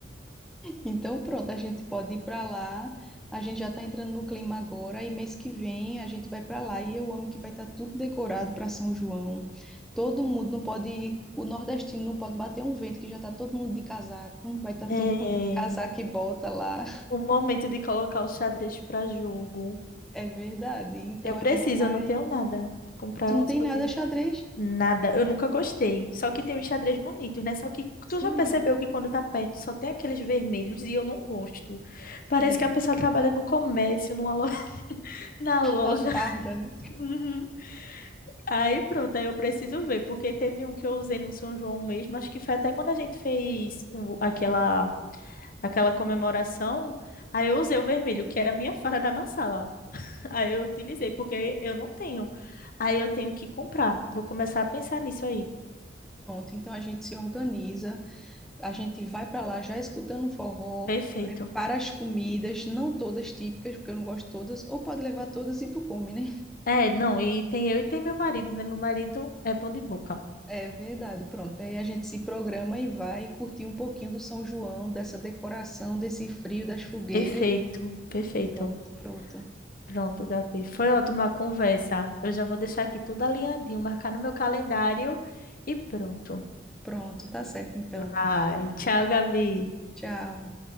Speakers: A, in the centre; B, on the left (about 50°).
A: Então, pronto, a gente pode ir para lá. A gente já está entrando no clima agora e mês que vem a gente vai para lá e eu amo que vai estar tudo decorado para São João. Todo mundo não pode, o nordestino não pode bater um vento que já está todo mundo de casaco, vai estar
B: É,
A: todo mundo de casaco e bota lá.
B: o momento de colocar o xadrez para jogo.
A: É verdade. Então
B: Eu preciso,
A: a gente vai.
B: eu não tenho nada. Comprar
A: Tu não
B: umas
A: tem
B: coisinhas.
A: nada xadrez?
B: Nada, eu nunca gostei. Só que tem uns xadrez bonitos, né? Só que
A: Sim.
B: tu já percebeu que quando tá perto só tem aqueles vermelhos e eu não gosto. Parece
A: É,
B: que a pessoa trabalha no comércio, numa lo- <laughs> na loja.
A: a farda,
B: <laughs>
A: né?
B: Aí pronto, aí eu preciso ver, porque teve um que eu usei no São João mesmo, acho que foi até quando a gente fez o- aquela, aquela comemoração, aí eu usei o vermelho, que era a minha fara da massala. <laughs> Aí eu utilizei, porque eu não tenho. Aí eu tenho que comprar. Vou começar a pensar nisso aí.
A: Pronto, então a gente se organiza. A gente vai para lá já escutando um forró,
B: Perfeito.
A: prepara as comidas, não todas típicas, porque eu não gosto todas, ou pode levar todas e tu come, né?
B: É, não, e tem eu e tem meu marido, né? Meu marido é bom de boca.
A: É verdade, pronto. Aí a gente se programa e vai curtir um pouquinho do São João, dessa decoração, desse frio, das fogueiras.
B: Perfeito, perfeito.
A: Pronto, pronto.
B: Pronto, Gabi. Foi ótima a conversa. Eu já vou deixar aqui tudo alinhadinho, marcar no meu calendário e pronto.
A: Pronto, tá certo então.
B: Vai. Tchau, Gabi.
A: Tchau.